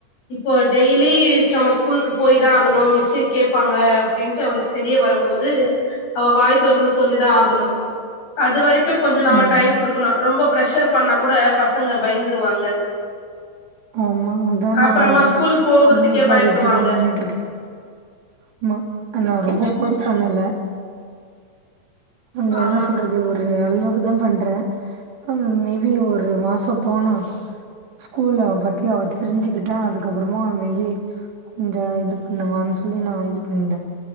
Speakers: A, on the left; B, on the right.
A: இப்போ டெய்லி நம்ம ஸ்கூலுக்கு போய்தா ஆகணு மிஸ் ஸு கேப்பாங்க அப்டின்ட்டு அவளுக்கு தெரிய வரும்போது அவ வாய் தொறந்து சொல்லிதா ஆகணு அது வரைக் கு கொஞ்சோ நம்ம
B: ம்.
A: டைம் குடுக்கணு ரொம்ப ப்ரெஷர் பண்ணா கூட பசங்க பயந்துருவாங்க
B: ஆமா அதா நா
A: அப்புறமா
B: கொஞ்சோ
A: ஸ்கூல் போகுறதுக்கே
B: லூஸா
A: பயப்படுவாங்க
B: விட்டுதா பண்ணிட்ருக்கே ஆமா ஆ நா ரொம்ப ஃபோர்ஸ் பண்ணல கொஞ்சோ
A: ஆமா
B: என்ன சொல்றது ஒரு அளவுக்குதா பண்றே அ மே பி ஒரு மாசோ போனா ஸ்கூல்ல பத்தி அவ தெரிஞ்சுக்குட்டா அதுக்கப்பறமா மே பி கொஞ்சோ இது பண்ணுவான்னு சொல்லி நா இது பண்ணே